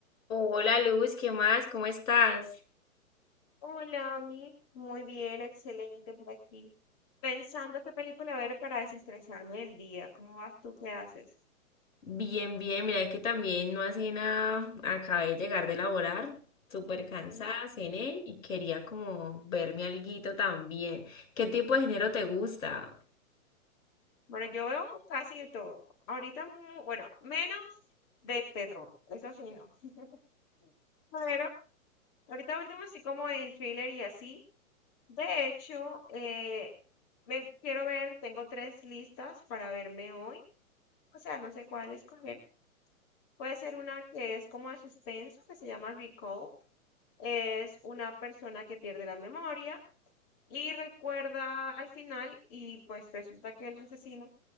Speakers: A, on the left; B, on the left.
A: Hola Luz, ¿qué más? ¿Cómo estás?
B: Hola, Ami. Muy bien, excelente por aquí. Pensando qué película ver para desestresarme del día. ¿Cómo vas tú? ¿Qué haces?
A: Bien, bien, mira que también no hace nada, acabé de llegar de laborar, súper cansada,
B: ¿Sí?
A: cené y quería como verme alguito también. ¿Qué tipo de género te gusta?
B: Bueno, yo veo casi de todo. Ahorita, mu- bueno, menos de terror. Eso sí, no. <laughs> Pero ahorita último sí como en thriller y así. De hecho, eh, me quiero ver, tengo tres listas para verme hoy. O sea, no sé cuál escoger. Puede ser una que es como de suspenso, que se llama Recall. es una persona que pierde la memoria y recuerda al final y pues resulta que el asesino